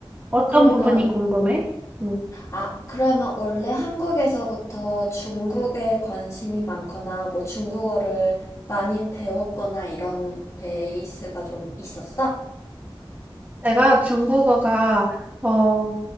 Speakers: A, on the right; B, on the left.
A: 어떤
B: 그러면,
A: 부분이 궁금해? 음,
B: 아, 그러면 원래 한국에서부터 중국에 관심이 많거나, 뭐 중국어를 많이 배웠거나 이런 베이스가 좀 있었어?
A: 내가 중국어가, 어,